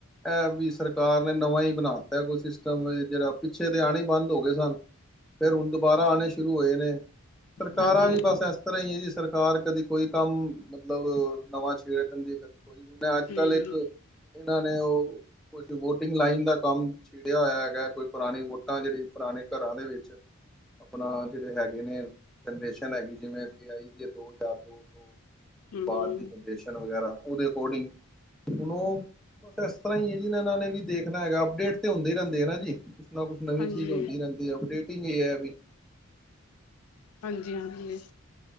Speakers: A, in the centre; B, on the left.
A: ਐ ਵੀ ਸਰਕਾਰ ਨੇ ਨਵਾਂ ਈ ਬਣਾ ਦਿੱਤਾ ਕੋਈ ਸਿਸਟਮ ਓ ਜੇੜਾ ਪਿੱਛੇ ਤੇ ਆਣੇ ਈ ਬੰਦ ਹੋਗੇ ਸਨ। ਫਿਰ ਹੁਣ ਦੁਬਾਰਾ ਆਣੇ ਸ਼ੁਰੂ ਹੋਏ ਨੇ। ਸਰਕਾਰਾਂ
B: ਹਾਂਜੀ ਹਾਂਜੀ
A: ਵੀ ਬਸ ਐਸ ਤਰ੍ਹਾਂ ਈ ਐ ਜੀ ਸਰਕਾਰ ਕਦੀ ਕੋਈ ਕੰਮ ਮਤਲਬ। ਨਵਾਂ ਛੇੜ ਦਿੰਦੀ ਕਦੇ ਕੋਈ ਨ ਅੱਜ
B: ਹੂੰ
A: ਕੱਲ ਇੱਕ ਏਨਾਂ ਨੇ ਓ। ਕੁੱਛ ਵੋਟਿੰਗ ਲਾਈਨ ਦਾ ਕੰਮ। ਚਿੜਿਆ ਹੋਇਆ ਹੈਗਾ ਕੋਈ ਪੁਰਾਣੀ ਵੋਟਾਂ ਜੇੜੀ ਪੁਰਾਣੇ ਘਰਾਂ ਦੇ ਵਿੱਚ। ਆਪਣਾ ਜੇੜ੍ਹੇ ਹੈਗੇ ਨੇ ਜਨਰੇਸ਼ਨ ਹੈਗੀ ਜਿਵੇਂ ਅ ਆਈ ਦੀ ਐ ਦੋ ਹਜਾਰ ਦੋ। ਤੋ
B: ਹੂੰ
A: ਬਾਦ ਦੀ ਜਨਰੇਸ਼ਨ ਵਗੈਰਾ ਓਦੇ ਅਕੋਰਡਿੰਗ। ਹੁਣ ਓ ਬਸ ਇਸ ਤਰ੍ਹਾਂ ਈ ਐ ਜੀ ਏਨਾਂ ਨੇ ਵੀ ਦੇਖਣਾ ਹੈਗਾ ਅਪਡੇਟ ਤੇ ਹੁੰਦੇ ਈ ਰੈਂਦੇ ਨਾ ਜੀ। ਨਾ ਕੁੱਛ ਨਵੀਂ
B: ਹਾਂਜੀ
A: ਚੀਜ਼ ਹੁੰਦੀ ਰੈਂਦੀ ਐ ਅਪਡੇਟਿੰਗ ਏ ਐ ਵੀ।
B: ਹਾਂਜੀ-ਹਾਂਜੀ।